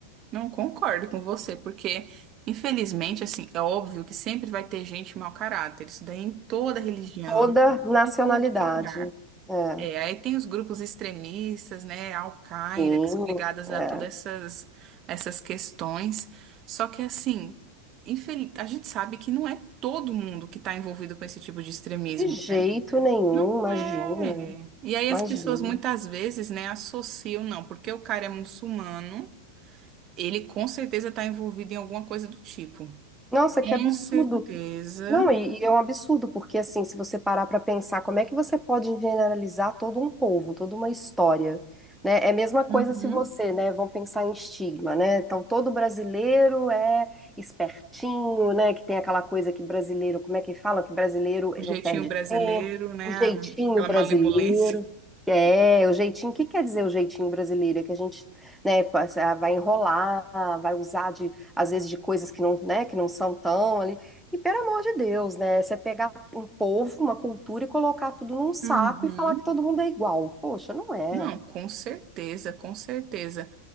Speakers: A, on the right; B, in the centre.
A: Não concordo com você, porque, infelizmente, assim, é óbvio que sempre vai ter gente mau caráter. Isso daí em toda religião,
B: Toda nacionalidade.
A: tudo que é lugar.
B: É.
A: É, aí tem os grupos extremistas, né, a Al-Qaeda,
B: Sim,
A: que são ligadas
B: é.
A: a todas essas, essas questões. Só que, assim, infel- a gente sabe que não é todo mundo que está envolvido com esse tipo de extremismo,
B: De jeito
A: né?
B: nenhum,
A: Não
B: imagina,
A: é. E aí
B: imagina.
A: as pessoas muitas vezes, né, associam, não, porque o cara é muçulmano, ele com certeza está envolvido em alguma coisa do tipo.
B: Nossa, que
A: Com
B: absurdo.
A: certeza.
B: Não, e, e é um absurdo, porque assim, se você parar para pensar, como é que você pode generalizar todo um povo, toda uma história, né? É a mesma coisa
A: Uhum.
B: se você, né, vamos pensar em estigma, né? Então, todo brasileiro é espertinho, né, que tem aquela coisa que brasileiro, como é que fala? Que brasileiro
A: O jeitinho
B: não perde
A: brasileiro,
B: tempo,
A: né,
B: o jeitinho
A: aquela
B: brasileiro.
A: malemolência.
B: É, o jeitinho, o que quer dizer o jeitinho brasileiro? É que a gente, né, passa- vai enrolar, vai usar de, às vezes, de coisas que não, né, que não são tão ali. E pelo amor de Deus, né? Você pegar um povo, uma cultura e colocar tudo num saco
A: Uhum.
B: e falar que todo mundo é igual. Poxa, não é.
A: Não, com certeza, com certeza.